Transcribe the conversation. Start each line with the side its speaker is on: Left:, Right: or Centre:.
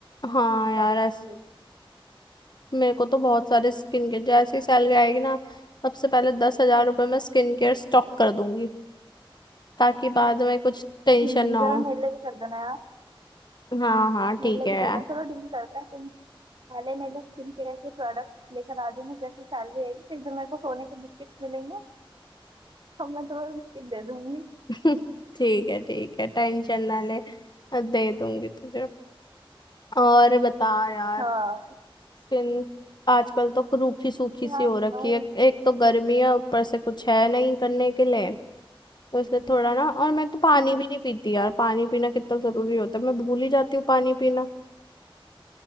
Left: हाँ यार
Right: प्रोडक्ट
Left: ऐस
Right: से
Left: मेरे को तो बहुत सारे स्किन केयर जैसी सैलरी आएगी ना सबसे पहले दस हजार रुपये मैं स्किन केयर स्टॉक कर दूंगी ताकि बाद में कुछ टेंशन
Right: हम्म
Left: ना
Right: जरा
Left: हो
Right: मेरे लिए भी कर देना यार
Left: हाँ हाँ ठीक
Right: मेरे लिए
Left: है
Right: भी
Left: यार
Right: कर देना चलो डील करते हैं तुम पहले मेरे स्किन केयर के प्रोडक्ट्स लेकर आ जाना जैसे सैलरी आएगी फिर जब मेरे को सोने के बिस्किट्स मिलेंगे तो मैं तुम्हें बिस्किट दे दूंगी
Left: <laughs> ठीक है ठीक है टेंशन ना ले दे दूंगी तुझे और बता यार
Right: हाँ
Left: स्किन आजकल तो रूखी सूखी
Right: क्या
Left: सी हो
Right: बताऊँ
Left: रखी है एक तो गर्मी है ऊपर से कुछ है नहीं करने के लिए तो इसलिए थोड़ा ना और मैं तो पानी
Right: हम्म,
Left: भी नहीं पीती यार पानी पीना कितना जरूरी होता है मैं भूल ही जाती हूँ पानी पीना